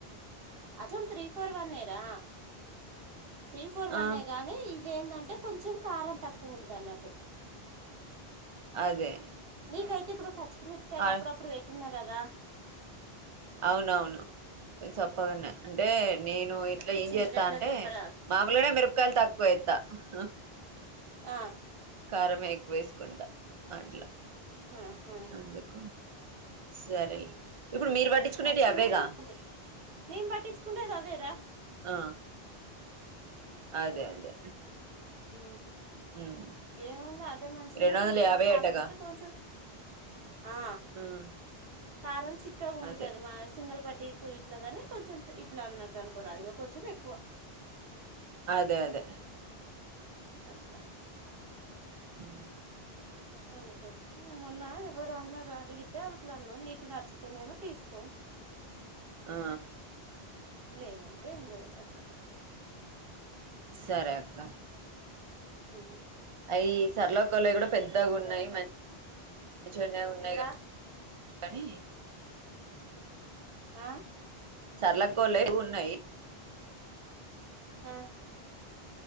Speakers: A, on the right; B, on the right.
A: అచం త్రీ ఫోర్ వన్ ఎరా త్రీ ఫోర్ వన్
B: ఆ
A: ఏ గాని ఇదేందంటే అంటే కొంచెం కారం తక్కువ ఉంది అన్నట్టు
B: అదే
A: నీకైతే ఇప్పుడు పచ్చిమిరకాయలు
B: ఆ
A: ఆప్పుడప్పుడు పెట్టినా కదా దా
B: అవునవును చప్పగున్నాయి అంటే నేను ఇట్లా
A: వచ్చింది
B: ఏం చేస్తా
A: అట్లా
B: అంటే
A: చెప్పరా
B: మామూలునే మిరపకాయలు తక్కు పోయత్త ఉ
A: ఆ
B: కారమే ఎక్కువ వేసుకుంటా అట్లా
A: హా హా
B: అందుకు సరేలే
A: ఆ
B: ఇప్పుడు
A: అట్లా
B: మీరు పట్టించుకునేటివి
A: మంచిగానే
B: అవేగా
A: ఉంటది నేను పట్టించుకునేది అదేరా
B: ఆ అదే అదే
A: ఉ
B: ఉమ్.
A: ఏముందో అదే మంచిగానే
B: రెండు వందల
A: ఉంటది
B: యాభై
A: కాకపోతే
B: అటగా
A: కొంచెం ఆ
B: ఉమ్,
A: కారం చిక్కగా ఉంటది
B: అదే
A: మ సింగల్ పట్ కు ఇట్లాగానే కొంచెం ఇట్లా అన్నట్టు అనుకోరా అది ఇంకా కొంచెం ఎక్కువ
B: అదే అదే
A: అట్లా
B: ఉ
A: అందుకని మొన్నా ఎవరు అన్నారు రా అడిగి అయితే అట్లన్న నీకు నచ్చితేనేమో తీసుకో
B: ఆ
A: లేదంటే ఏం లేదు అట్లా
B: సరే అక్క
A: ఆ
B: అవి సరళ అక్కా వాళ్ళవి కూడా పెద్దగా ఉన్నాయి
A: అయితే
B: మంచి మంచిగానే ఉన్నాయి
A: ఇందిరా
B: కానీ
A: హా
B: సరళ అక్కా వాళ్ళవి ఉన్నాయి
A: ఆ